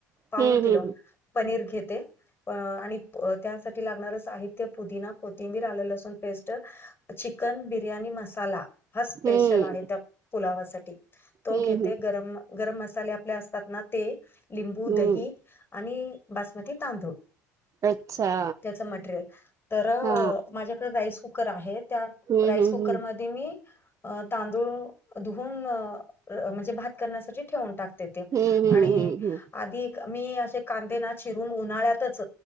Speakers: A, on the left; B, on the right.
A: पाऊन
B: हम्म
A: किलो,
B: हम्म
A: पनीर घेते. प आणि त्यासाठी लागणारं साहित्य पुदिना, कोथिंबीर, आलं लसूण पेस्ट. चिकन बिर्याणी मसाला, हा स्पेशल
B: हम्म
A: आहे त्या, पुलावासाठी. तो
B: हम्म
A: घेते
B: हम्म
A: गरम- गरम मसाले आपले असतात ना ते, लिंबू,
B: हम्म
A: दही. आणि बासमती तांदूळ.
B: अच्छा
A: त्याच मटेरियल तर अ
B: हा
A: माझ्या- त राईस कुकर आहे त्या
B: हम्म
A: राईस
B: हम्म
A: कुकर म- मी अ तांदूळ धुवून अ म्हणजे भात करण्यासाठी ठेवून टाक- तेते
B: हम्म हम्म हम्म
A: आणि
B: हम्म
A: आधी मी असे कांदे ना चिरून उन्हाळ्यातच-